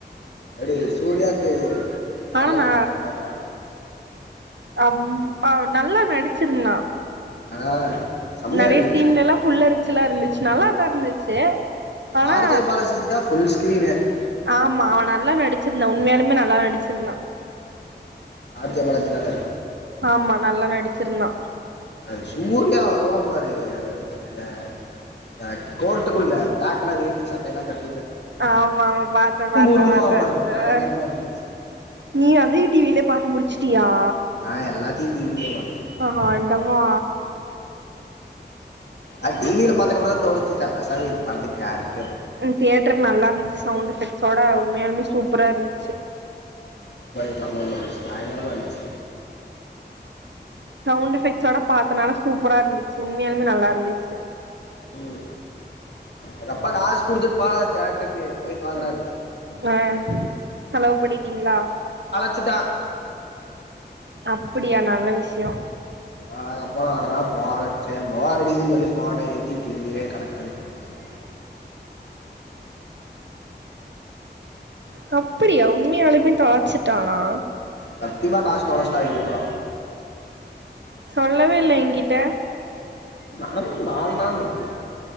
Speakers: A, on the left; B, on the right.
A: எப்டி சூர்யாக்கு வேற
B: ஆனா
A: லெவல்
B: நா
A: கிரிக்கெட் பேட்டா
B: அம் அவுர் நல்லா நட் டிச்சிருந்தா
A: ஆனா செம்மையா
B: நறைய
A: இருந்துச்சு
B: சீன்ல எல்லா புள்ளரிச்சுல்லா இருந்துச்சு நல்லாதா இருந்துச்சு ஆனா
A: ஆர்ஜே பாலாஜிக்கு <unintelligible>
B: ஆமா அவன் நல்லா நடிச்சிருந்தா உண்மையாலுமே நல்லா நடிச்சிருந்தா
A: ஆர் ஜே பாலாஜி தான
B: ஆமா நல்லா நடிச்சிருந்தா
A: அது சூர்யா வருவா பாருங்க இந்த அ கோர்ட்டுக்குள்ள பிளாக் கலர் வேட்டி சட்டையெல்லா கட்
B: ஆமாமா பாத்த பாத்த
A: உரும்புவான்
B: பாத்த
A: பாரு பயங்கரமாக
B: அ
A: இருந்துச்சு
B: நீ அதையு டிவிலயே பாத்து முடிச்சு யா
A: நான் எல்லாத்தையும் டிவியிலே பார்த்தேன்
B: அ ஆண்டவா
A: அது டிவியிலே பாத்துக்கப்றோ தா‌ தோனுச்சு பெசாமா இது படத்துக்கு தேட்ர்க்
B: தியேட்டர் நல்லா இருந்துச்சு ம் ம் ம் சவுண்ட் எஃபெக்ட்ஸோட உண்மையாலுமே சூப்பராருந்துச்சு
A: <unintelligible> பயங்கர இருந்துச்சு
B: சவுண்ட் எஃபெக்ட் சோட பாத்தனால சூப்பரா இருந்துச்சு உன் உண்மையாகவும் நல்லாருந்துச்சு
A: ம் எங்கப்பா காசு குடுத்துட் பா தேட்டருக்கு போயிட்டு வாக்கடான்ச்சு
B: அ செலவு பண்ணிட்டீங்களா
A: பிச்சிட்டா
B: அப்படியா நல்ல விஷயோ
A: அதுகப்பறோ அதனா வாழச்ச பாரடின்னு சொல்லி ஃபோனை ஏத்தி டிவியிலே கனெக்ட் பண்ணிப்பாத்துட் <inaudible>
B: அப் அப்பிடியா உண்மையாலுமே தொளச்சுட்டானா
A: சத்தியமா காசு தொலச்சிட்டா ஐநூரூவா
B: சொல்லவே இல்ல எங்கிட்ட
A: நடந்து ஒரு நால் நாள்ருக்கு